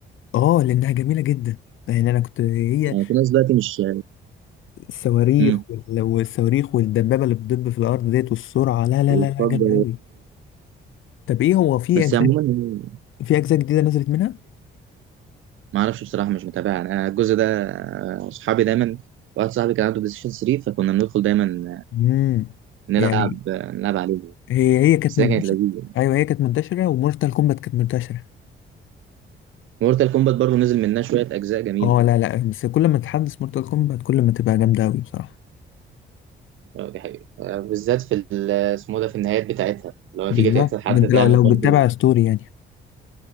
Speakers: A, on the left; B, on the right.
A: اه لانها جميلة جدا يعني انا كنت هي
B: يعني في ناس دلوقتي مش
A: الصواريخ
B: امم
A: وال- والصواريخ والدبابة اللي بتدب في الأرض ديت والسرعة لا لا
B: وتفضل
A: لا لا جامد أوي طب إيه هو في
B: بس
A: أجزاء
B: عموما يعني
A: في أجزاء جديدة نزلت منها؟
B: ما اعرفش بصراحه مش متابع انا الجزء ده آه، اصحابي دايما واحد صاحبي كان عنده بلاي ستيشن 3 فكنا بندخل دايما
A: امم
B: نلعب
A: يعني
B: نلعب عليه
A: هي هي كانت
B: بس
A: منتشرة
B: هي كانت لذيذه
A: أيوه هي كانت منتشرة ومورتال كومبات كانت منتشرة
B: مورتال كومبات برضو نزل منها شوية أجزاء جميلة
A: أه لا لا بس كل ما تحدث مورتال كومبات كل ما تبقى جامدة أوي بصراحة
B: آه، دي حقيقة آه، بالذات في ال- اسمه ده في النهايات بتاعتها لو
A: بالظبط
B: تيجي تقتل حد
A: ده أنت
B: تعمل
A: لو لو
B: برضه
A: بتتابع ستوري يعني